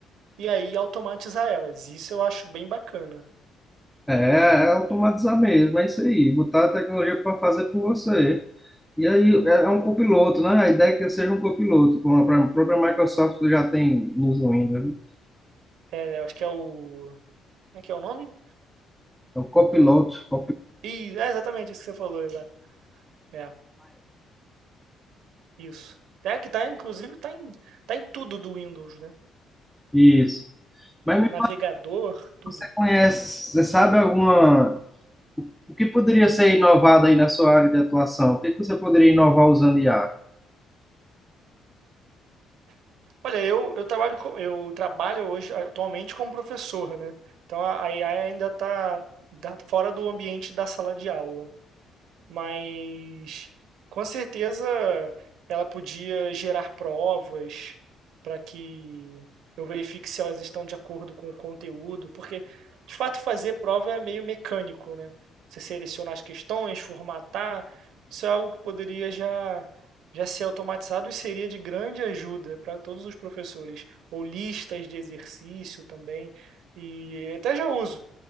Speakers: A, on the right (about 75°); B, in the centre.
A: e aí automatizar elas. Isso eu acho bem bacana.
B: É, é automatizar mesmo, é isso aí. Botar a tecnologia para fazer por você. E aí é é um copiloto, né? A ideia é que seja um copiloto, como a pró- própria Microsoft já tem nos Windows, né?
A: É, acho que é o. Como é que é o nome?
B: É o copiloto, copilot.
A: E é exatamente isso que você falou, exato. É, isso. É que tá, inclusive, tá em, tá em tudo do Windows, né?
B: Isso. Mas
A: Ba-
B: me
A: Navegador,
B: fala,
A: tudo.
B: você conhece, você sabe alguma. O que poderia ser inovado aí na sua área de atuação? O que que você poderia inovar usando IA?
A: Olha, eu, eu trabalho com, eu trabalho hoje atualmente como professor, né? Então a, a AI ainda está fora do ambiente da sala de aula mas com certeza ela podia gerar provas para que eu verifique se elas estão de acordo com o conteúdo, porque de fato fazer prova é meio mecânico, né? Você selecionar as questões, formatar, isso é algo que poderia já já ser automatizado e seria de grande ajuda para todos os professores, ou listas de exercício também. E até já uso.